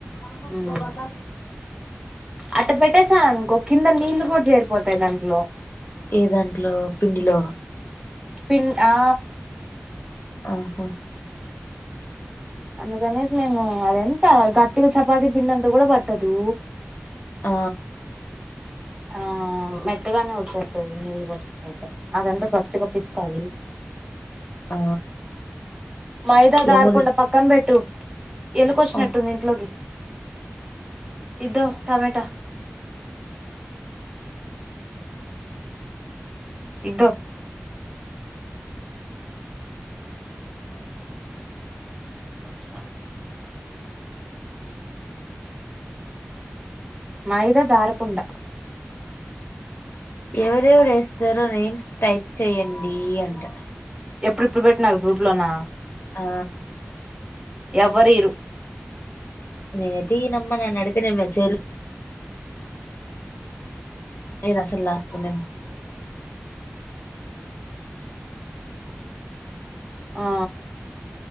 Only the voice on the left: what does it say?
ంబ
దో బంటాా
ఏ దాంట్లో పిండిలో
ఆహా
ఆ
ఆ
ఏమోలే
ఆ
ఆ
ఎవరెవరు వేస్తారో నేమ్స్ టైప్ చెయయండి అంట
ఆ
నేను తీనమ్మ నన్ను అడిగితే మెసేజ్ రసల్ <unintelligible>